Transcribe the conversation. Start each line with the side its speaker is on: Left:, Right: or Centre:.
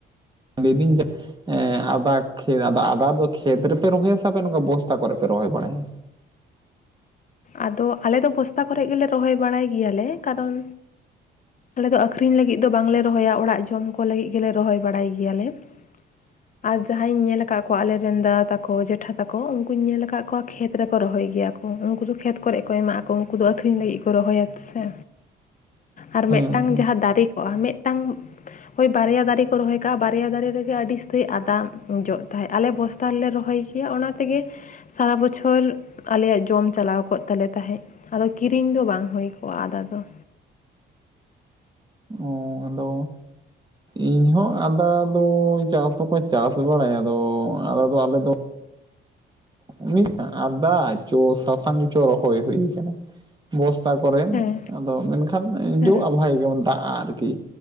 Right: ᱞᱟᱹᱭ ᱫᱤᱧ ᱡᱟ ᱮᱸ ᱟᱫᱟ <unintelligible> ᱟᱫᱚ ᱟᱫᱟ ᱫᱚ ᱠᱷᱮᱛ ᱨᱮᱯᱮ ᱨᱚᱦᱚᱭᱟ ᱥᱮ ᱱᱚᱝᱠᱟ ᱵᱚᱥᱛᱟ ᱠᱚᱨᱮ ᱯᱮ ᱨᱚᱦᱚᱭ ᱵᱟᱲᱟᱭᱟ?
Left: ᱟᱫᱚ ᱟᱞᱮ ᱫᱚ ᱵᱚᱥᱛᱟ ᱠᱚᱨᱮᱜ ᱜᱮᱞᱮ ᱨᱚᱦᱚᱭ ᱵᱟᱲᱟᱭ ᱜᱮᱭᱟᱞᱮ ᱠᱟᱨᱚᱱ᱾ ᱟᱞᱮ ᱫᱚ ᱟᱹᱠᱷᱨᱤᱧ ᱞᱟᱹᱜᱤᱜ ᱫᱚ ᱵᱟᱝᱞᱮ ᱨᱚᱦᱚᱭᱟ ᱚᱲᱟᱜ ᱡᱚᱢ ᱠᱚ ᱞᱟᱹᱜᱤᱜ ᱜᱮᱞᱮ ᱨᱚᱦᱚᱭ ᱵᱟᱲᱟᱭ ᱜᱮᱭᱟᱞᱮ᱾ <inaudible> ᱟᱨ ᱡᱟᱸᱦᱟᱧ ᱧᱮᱞ ᱠᱟᱜ ᱠᱚᱣᱟ ᱟᱞᱮᱨᱮᱱ ᱫᱟᱫᱟ ᱛᱟᱠᱚ ᱡᱮᱴᱷᱟ ᱛᱟᱠᱚ ᱩᱱᱠᱩᱧ ᱧᱮᱞ ᱠᱟᱜ ᱠᱚᱣᱟ ᱠᱷᱮᱛ ᱨᱮᱠᱚ ᱨᱚᱦᱚᱭ ᱜᱮᱭᱟ ᱠᱚ᱾ ᱩᱱᱠᱩ ᱫᱚ ᱠᱷᱮᱛ ᱠᱚᱨᱮᱜ ᱠᱚ ᱮᱢᱟᱜ ᱟᱠᱚ ᱩᱱᱠᱩ ᱫᱚ ᱟᱹᱷᱨᱤᱧ ᱞᱟᱹᱜᱤᱜ ᱠᱚ ᱨᱚᱦᱚᱭᱟ ᱥᱮ᱾ ᱟᱨ
Right: ᱦᱮᱸ
Left: ᱢᱮᱜᱴᱟᱝ
Right: ᱦᱮᱸ
Left: ᱡᱟᱸᱦᱟ ᱫᱟᱨᱮ ᱠᱚᱜ-ᱟ ᱢᱮᱜᱴᱟᱝ᱾ ᱦᱳᱭ ᱵᱟᱨᱭᱟ ᱫᱟᱨᱮ ᱠᱚ ᱨᱚᱦᱚᱭ ᱠᱟᱜ-ᱟ ᱵᱟᱨᱭᱟ ᱫᱟᱨᱮ ᱨᱮᱜᱮ ᱟᱹᱰᱤ ᱩᱥᱛᱟᱹᱭ ᱟᱫᱟ ᱡᱚᱜ ᱛᱟᱦᱮᱜ ᱟᱞᱮ ᱵᱚᱥ ᱛᱟ ᱞᱮ ᱨᱚᱦᱚᱭ ᱠᱮᱭᱟ ᱚᱱᱟ ᱛᱮᱜᱮ ᱥᱟᱨᱟ ᱵᱚᱪᱷᱚᱨ ᱟᱞᱮᱭᱟᱜ ᱡᱚᱢ ᱪᱟᱞᱟᱣ᱾ ᱠᱚᱜ ᱛᱟᱞᱮ ᱛᱟᱸᱦᱮᱜ ᱟᱫᱚ ᱠᱤᱨᱤᱧ ᱫᱚ ᱵᱟᱝ ᱦᱳᱭ ᱠᱚᱜ-ᱟ ᱟᱫᱟ ᱫᱚ᱾
Right: ᱚᱻ ᱟᱫᱚᱼᱼ ᱤᱧ ᱦᱚᱸᱚᱸ ᱟᱫ ᱫᱚ ᱪᱟᱥ ᱫᱚᱠᱚ ᱪᱟᱥ ᱵᱟᱲᱟᱭᱟ ᱟᱫᱚ ᱟ ᱫᱚ ᱟᱞᱮᱫᱚᱼᱼ ᱩᱱᱤ ᱟᱫᱟ ᱪᱚ ᱥᱟᱥᱟᱝ ᱪᱚ ᱨᱚᱦᱚᱭ ᱦᱩᱭ ᱠᱟᱱᱟ᱾ ᱵᱚᱥᱛᱟ ᱠᱚᱨᱮᱱ
Left: ᱦᱮᱸ
Right: ᱟᱫᱚ ᱢᱮᱱᱠᱷᱟᱱ
Left: ᱦᱮᱸ
Right: ᱡᱚᱜᱼᱟ ᱵᱷᱟᱭ ᱜᱮᱢᱚᱱ ᱫᱟᱜᱜᱼᱟ ᱟᱨᱠᱤ᱾